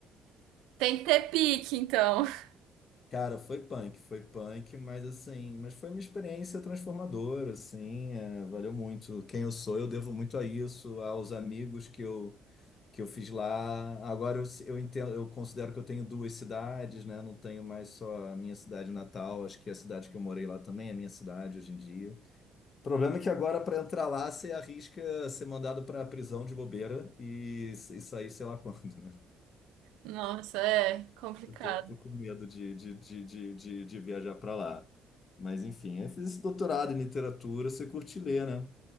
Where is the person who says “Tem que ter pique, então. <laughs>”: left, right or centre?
Right